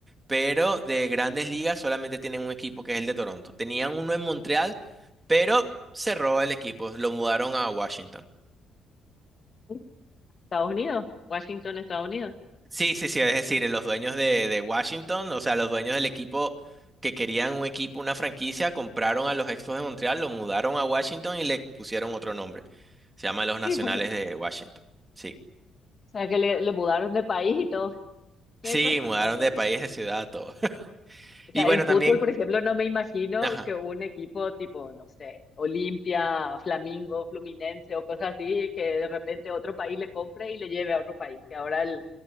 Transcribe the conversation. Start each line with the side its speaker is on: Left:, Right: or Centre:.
Right: pero de grandes ligas solamente tienen un equipo que es el de Toronto. Tenían uno en Montreal, pero cerró el equipo, lo mudaron a Washington.
Left: Sí, Estados Unidos, Washington, Estados Unidos.
Right: Sí, sí, sí, es decir, los dueños de, de Washington, o sea, los dueños del equipo que querían un equipo, una franquicia, compraron a los Expos de Montreal, lo mudaron a Washington y le pusieron otro nombre. Se llama Los
Left: Híjole.
Right: Nacionales de Washington. Sí.
Left: O sea, que le, le mudaron de país y todo eso.
Right: Sí, mudaron
Left: <laughs>
Right: de país, de ciudad, todo. <laughs>
Left: O
Right: Y
Left: sea,
Right: bueno,
Left: en fútbol,
Right: también,
Left: por ejemplo, no me imagino
Right: ajá.
Left: que un equipo tipo, no sé, Olimpia, Flamengo Fluminense o cosas así, que de repente otro país le compre y le lleve a otro país. Que ahora el,